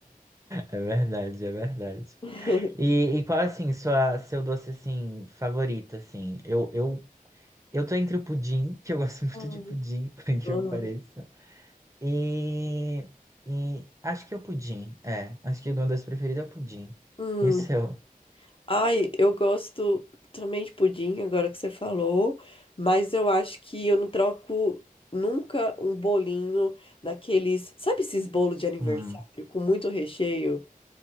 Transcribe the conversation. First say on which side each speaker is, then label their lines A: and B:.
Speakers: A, on the right (about 20°); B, on the left (about 35°).
A: É verdade, é verdade.
B: <laughs>
A: E, e qual, assim, sua, seu doce, assim, favorito, assim? Eu, eu, eu tô entre o pudim, <laughs> que eu gosto <laughs> muito
B: Ai,
A: de pudim, <laughs> por incrível
B: ai.
A: que pareça. E, e acho que é o pudim, é. Acho que o meu doce preferido é o pudim.
B: Hum.
A: E o seu?
B: Ai, eu gosto também de pudim, agora que você falou, mas eu acho que eu não troco nunca um bolinho daqueles, sabe esses bolos de aniversário
A: Hum,
B: com muito recheio?